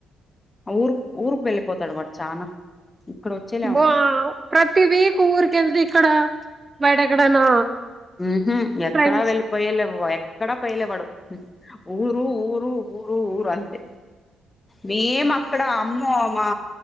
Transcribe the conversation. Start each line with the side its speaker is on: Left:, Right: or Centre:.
Left: ఊరు ఊరుకి వెళ్ళిపోతాడు వాడు చానా ఇక్కడ వచ్చేలే
Right: వావ్
Left: ఉన్నాడు
Right: ప్రతి వీక్ ఊరిక వెళ్దు ఇక్కడ బయట ఎక్కడైనా
Left: ఉహు ఎక్కడా
Right: ఫ్రెండ్స్
Left: వెళ్ళిపోయలా అట్లే పోవాయే ఎక్కడ పైలేవాడు ఊరు ఊరు ఊరు ఊ అంతే మేం అక్కడ అమ్మో మా